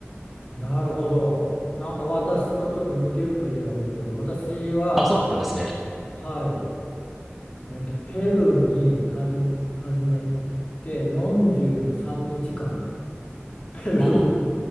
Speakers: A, on the left; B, in the centre.
A: なるほど。なんか私とちょっと似てるといえば似てる。私は、
B: あ、そうなんですね。
A: はい、えっと、ペルーにはじ、はじめ行って43日間、ペルーを、
B: ああ、